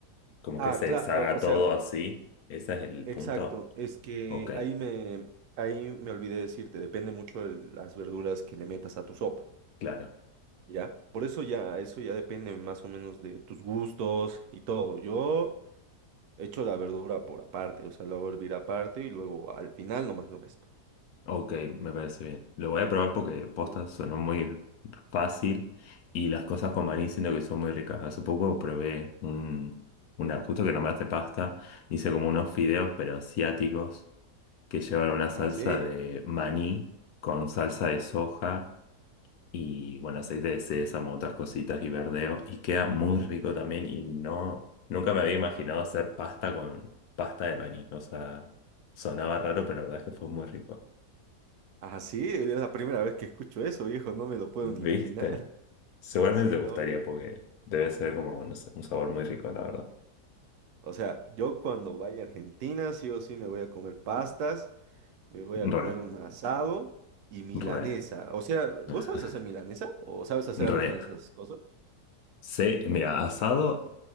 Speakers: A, on the left; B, on the right.
A: como
B: Ah,
A: que se
B: claro,
A: deshaga
B: o o sea,
A: todo así. ¿Ese es el
B: exacto,
A: punto?
B: es que
A: Ok,
B: ahí me, ahí me olvidé decirte, depende mucho de las verduras que le metas a tu sopa.
A: claro.
B: Ya, por eso ya, eso ya depende más o menos de tus gustos y todo. Yo echo la verdura por aparte, o sea, la hago hervir aparte y luego al final nomás lo mezclo.
A: Ok, me parece bien. Lo voy a probar porque postas
B: Es-
A: sonó muy fácil y las cosas con maní siento que son muy ricas. Hace poco probé un, una, justo que nombraste pasta, hice como unos fideos pero asiáticos que llevan una salsa
B: Ah, sí,
A: de maní con salsa de soja y, bueno, aceite de sésamo, otras cositas y verdeo. Y queda muy rico también y no, nunca me había imaginado hacer pasta con pasta de maní. O sea, sonaba raro, pero la verdad es que fue muy rico.
B: ah, sí, es la primera vez que escucho eso, viejo, no me lo puedo
A: ¿Viste?
B: ni imaginar. <laughs>
A: Seguramente
B: Sí,
A: te
B: no,
A: gustaría
B: vi-
A: porque debe ser como, no sé, un sabor muy rico, la verdad.
B: o sea, yo cuando vaya a Argentina, sí o sí me voy a comer pastas, me voy a comer
A: Re,
B: un asado y milanesa.
A: re,
B: O sea,
A: <laughs>
B: ¿vos sabes hacer milanesa? ¿O sabes hacer
A: re.
B: alguna de esas cosas?
A: Sé, mira, asado